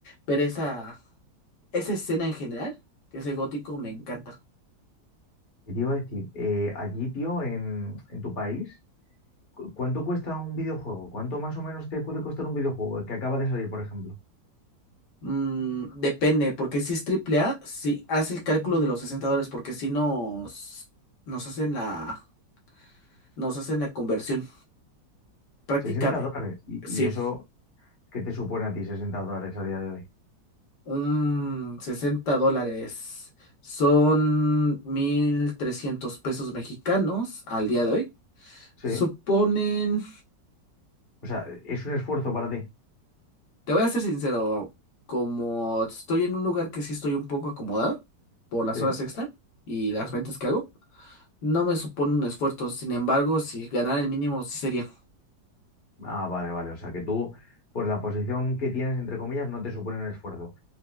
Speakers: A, on the left (about 75°); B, on the left (about 30°).
A: pero esa, esa escena en general, que ese gótico, me
B: mm.
A: encanta.
B: Y te iba a decir, eh, allí, tío, en, en tu país, cu- ¿cuánto cuesta un videojuego? ¿Cuánto más o menos te puede costar un videojuego que acaba de salir, por ejemplo?
A: Mm, depende, porque si es triple A, si hace el cálculo de los 60 dólares, porque si nos, nos hacen la, nos hacen la conversión. Práctica,
B: 60
A: eh,
B: dólares. ¿Y,
A: sí.
B: y eso qué te supone a ti, 60 dólares a día de hoy?
A: Un 60 dólares son 1.300 pesos mexicanos al día de hoy.
B: Sí,
A: Suponen,
B: o sea, es un esfuerzo para ti.
A: te voy a ser sincero, como estoy en un lugar que sí estoy un poco acomodado por las
B: Sí.
A: horas extra y las ventas que hago, no me supone un esfuerzo. Sin embargo, si ganar el mínimo sí sería,
B: Ah, vale, vale. O sea, que tú, pues la posición que tienes, entre comillas, no te supone un esfuerzo.